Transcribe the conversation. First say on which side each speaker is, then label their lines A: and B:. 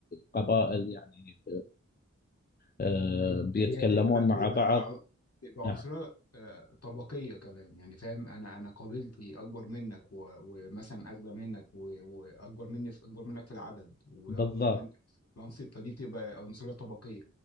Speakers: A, on the left; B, on the left.
A: قبائل يعني آه،
B: هي
A: بيتكلمون
B: هي تبقى
A: مع
B: تبقى
A: بعض
B: ع- تبقى
A: نعم
B: عنصرية آه، طبقية كمان يعني فاهم أنا أنا قابلتي أكبر منك و- ومثلا أغنى منك و- وأكبر مني في أكبر منك في العدد وأكبر
A: بالضبط
B: منك في المنصب فدي بتبقى عنصرية طبقية